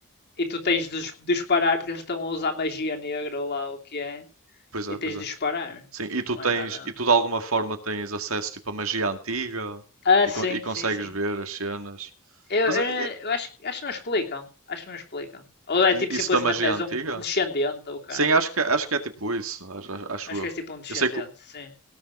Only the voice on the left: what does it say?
e tu tens de disparar porque eles estão a usar magia negra ou lá o que é,
e tens
de
disparar.
Tipo,
não
é nada.
Ah,
sim,
sim, sim.
Eu,
eu, eu acho, acho que não explicam. Acho que não explicam. Ou é
tipo
simplesmente
és
um, um descendente ou caralho.
Acho
que és tipo um descendente,
sim.